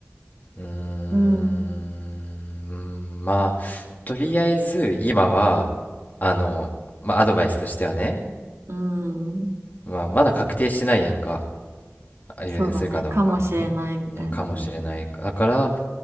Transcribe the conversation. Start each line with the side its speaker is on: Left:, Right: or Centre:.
Left: うーん、
Right: うん。
Left: まあ、とりあえず、今は、あの、まあ、アドバイスとしてはね、
Right: うん。
Left: まあ、まだ確定してないやんか。留年するかどうかはね。
Right: そうだね。かもしれないみたいな。
Left: うん、かもしれない。
Right: うん。
Left: だから、